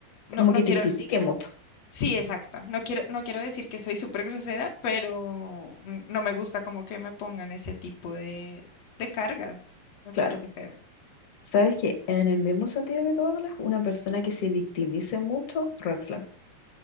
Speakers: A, on the left (about 85°); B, on the left (about 50°).
A: no,
B: Como
A: no
B: que
A: quiero,
B: te critique mucho,
A: sí, exacto, no quiero, no quiero decir que soy súper grosera, pero mm, no me gusta como que me pongan ese tipo de, de cargas. Me
B: claro.
A: parece feo.
B: Sabes que en el mismo sentido que tú hablas, una persona que se victimice mucho, red flag.